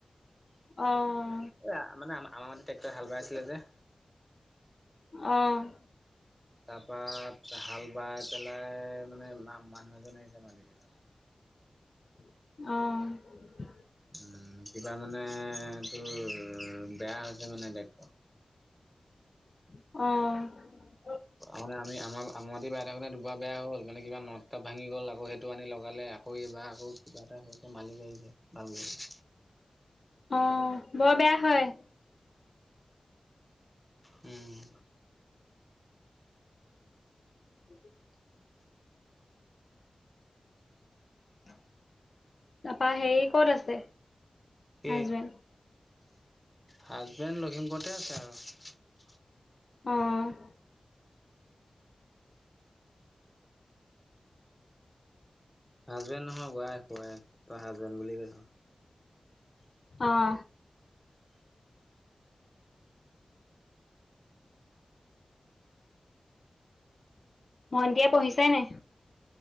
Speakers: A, on the left (about 55°); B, in the centre.
A: অ'।
B: এ মানে আমা আমাৰ <unintelligible> ট্ৰেক্টৰে হাল বাই আছিলে যে।
A: অ'।
B: তাৰপা হাল বাই পেলাই মানে মা- মানুহ এজন আহিছে মালিক এজন।
A: অ'।
B: উম, কিবা মানে তোৰ বেয়া হৈছে মানে বেকটো।
A: অ'।
B: মানে <unintelligible> বাই থাকোতে দুবাৰ বেয়া হ'ল মানে কিবা নট টট ভাঙি গ'ল আৰু। সেইটো আনি লগালে আকৌ এইবাৰ আকৌ কিবা এটা হৈছে মালিক আহিছে ভাল কৰিবলে।
A: অ' বৰ বেয়া হয়।
B: উম।
A: <inaudible> তাৰপৰা হেৰি ক'ত আছে?
B: কি
A: হাজবেণ্ড।
B: হাজবেণ্ড লখিমপুৰতে আছে আৰু।
A: অ'।
B: হাজবেণ্ড নহয় ৱাইফ ৱাইফ তই হাজবেণ্ড বুলি কৈছোঁ।
A: অ'। ভন্টিয়ে পঢ়িছে নাই।